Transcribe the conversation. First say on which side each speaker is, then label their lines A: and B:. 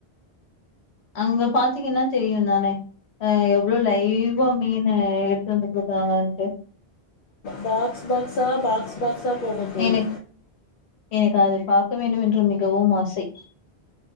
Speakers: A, on the left; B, on the left.
A: அங்க பாத்தீங்கன்னா தெரியுந்தான அ எவ்ளோ லைவ்வா மீன எடுத்து வந்து குடுக்குறாங்க இங்குட்டு
B: பாக்ஸ் பாக்ஸா பாக்ஸ் பாக்ஸா போகும் தோழி
A: எனக் எனக்கு அதை பார்க்க வேண்டுமென்று மிகவும் ஆசை